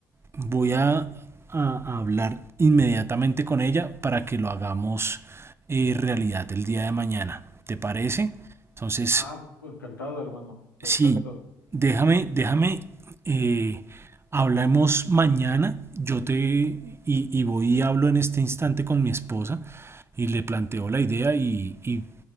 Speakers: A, on the right; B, on the left.
A: voy a, a hablar inmediatamente con ella para que lo hagamos eh, realidad el día de mañana. ¿Te parece? Entonces,
B: Ah, pues, encantado, hermano. Perfecto.
A: Sí, déjame, déjame, eh, hablemos mañana. Yo te y, y voy y hablo en este instante con mi esposa y le planteo la idea y, y